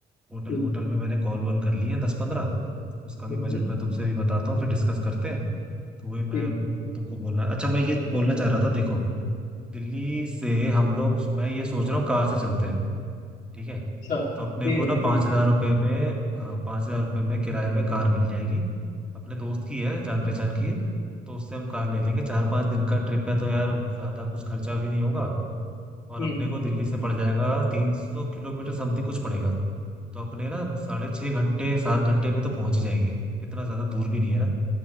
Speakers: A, in the centre; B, on the left.
A: होटल
B: ठीक
A: वोटल में मैंने कॉल वॉल कर लिए हैं दस पंद्रह उसका भी
B: हम्म
A: बजट
B: हम्म,
A: मैं तुमसे भी बताता हूँ फिर डिस्कस करते हैं तो वही मैं
B: ठीक ठीक ठीक
A: तुमको बोलना अच्छा मैं ये बोलना चाह रहा था देखो दिल्ली से हम लोग मैं ये सोच रहा हूँ कार से चलते हैं ठीक है
B: अच्छा ठीक
A: तो अपने को
B: है
A: ना
B: ठीक
A: पाँच
B: है
A: हजार रुपये में हाँ पाँच हजार रुपये में किराए में कार मिल जाएगी अपने दोस्त की है जान पहचान की है तो उससे हम कार ले लेंगे चार पाँच दिन का ट्रिप है तो यार ज़्यादा कुछ खर्चा भी नहीं होगा और
B: हम्म
A: अपने को
B: हम्म
A: दिल्ली से पड़ जाएगा तीन सौ किलोमीटर समथिंग कुछ पड़ेगा तो अपने ना साढ़े छः घंटे सात घंटे में तो पहुंच ही जाएंगे इतना ज़्यादा दूर भी नहीं है ना